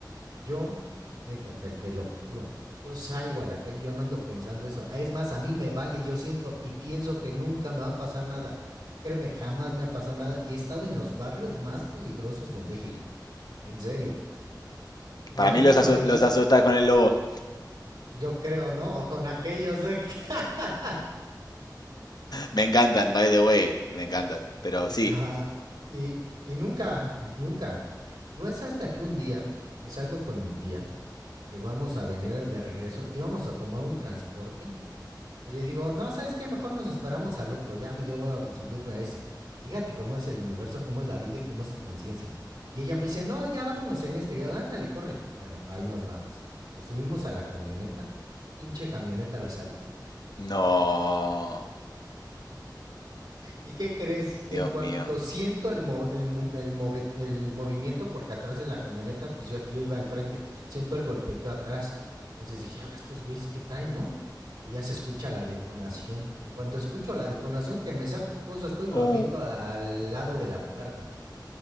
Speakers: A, on the right (about 75°); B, on the left (about 60°).
A: Yo, neta, te, te lo juro, yo salgo a la calle, yo no ando pensando eso. Ah, Es más, a mí me vale, yo siento y pienso que nunca me va a pasar nada. Y créeme, jamás me ha pasado nada. Y he estado en los barrios más peligrosos de México,
B: Mm.
A: en serio. Y
B: Para
A: he andado
B: mí los, asu-
A: ahí,
B: los asusta
A: y,
B: con el
A: mm,
B: lobo.
A: yo creo, ¿no? O con aquellos de... que- <laughs>
B: Me encantan, by the way. Me encantan. Pero sí.
A: Ajá. Y, y nunca, nunca. No es hasta que un día que salgo con mi tía, que vamos a venir de regreso, íbamos a tomar un transporte Y le digo, no, ¿sabes qué? Mejor nos esperamos al otro, ya me dio a subirme a ese. Fíjate cómo es el universo, cómo es la vida y cómo es tu conciencia. Y ella me dice, no, ya vámonos en este. Y yo, ándale, córrele. Bueno, ahí nos vamos. Nos subimos a la camioneta, pinche camioneta la saltan.
B: No.
A: ¿Y qué crees?
B: Dios
A: En cuanto
B: mío.
A: siento el, mo- el, mo- el move- el movimiento, porque atrás en la camioneta, pues yo, yo iba enfrente, siento el golpeteo atrás. Entonces dije, ahora estos güeyes, ¿qué traen, no? Y ya se escucha la detonación. En cuanto escucho la detonación, que me saco cosas, estoy lo
B: Uh.
A: aviento al lado de la puerta.